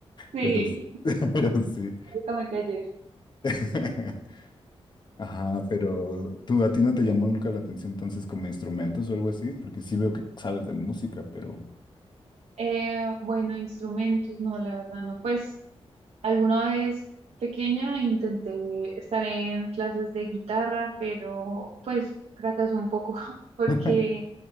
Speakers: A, on the right; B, on the left.
A: Sí,
B: pero, pero sí.
A: básicamente ayer.
B: <laughs> Ajá, pero tú, a ti no te llamó nunca la atención entonces como instrumentos o algo así, porque sí veo que sabes de música, pero
A: Eh, bueno, instrumentos, no, la verdad no. Pues alguna vez pequeña intenté estar en clases de guitarra, pero pues fracasó un poco <laughs> porque
B: <laughs>